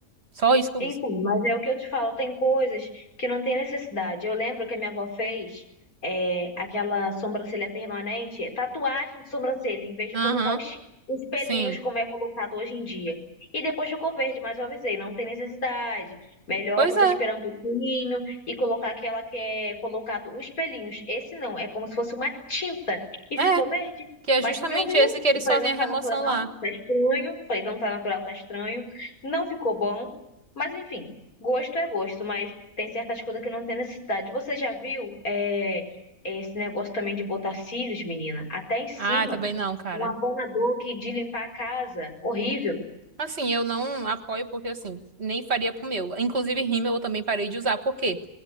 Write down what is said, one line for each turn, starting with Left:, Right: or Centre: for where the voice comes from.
Right: Só isso que eu
Left: Então,
Right: uso.
Left: mas é o que eu te falo, tem coisas que não tem necessidade. Eu lembro que a minha avó fez é, aquela sobrancelha permanente, tatuagem de sobrancelha, em vez de
Right: Aham,
Left: colocar os, os pelinhos
Right: sim.
Left: como é colocado hoje em dia. E depois ficou verde, mas eu avisei, não tem necessidade. Melhor
Right: Pois
Left: você
Right: é,
Left: esperar um pouquinho e colocar aquela que é colocado os pelinhos. Esse não, é como se fosse uma tinta e ficou
Right: é,
Left: verde.
Right: que é
Left: Mas
Right: justamente
Left: no meu viu,
Right: esse que eles
Left: eu falei,
Right: fazem
Left: não
Right: a
Left: tá
Right: remoção
Left: natural,
Right: lá.
Left: tá estranho. Falei, não tá natural, tá estranho. Não ficou bom. Mas enfim, gosto é gosto, mas tem certas coisas que não tem necessidade. Você já viu é, esse negócio também de botar cílios, menina? Até em cima,
Right: Ah, também não, cara.
Left: um abanador que de limpar a casa, horrível.
Right: Assim, eu não apoio porque assim, nem faria pro meu. Inclusive, rímel eu também parei de usar, porque